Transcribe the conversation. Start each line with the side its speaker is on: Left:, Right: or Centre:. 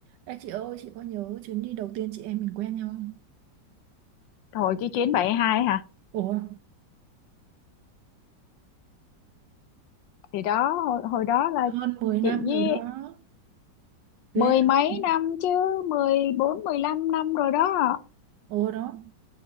Right: Ê chị ơi, chị có nhớ chuyến đi đầu tiên chị em mình quen nhau không?
Left: Rồi bảy hai hả?
Right: Ủa,
Left: Thì đó hồi, hồi đó là
Right: hơn 10 năm
Left: chị với
Right: rồi đó. Ghê
Left: mười
Right: không?
Left: mấy năm chứ mười bốn mười lăm năm rồi đó.
Right: Ồ đó,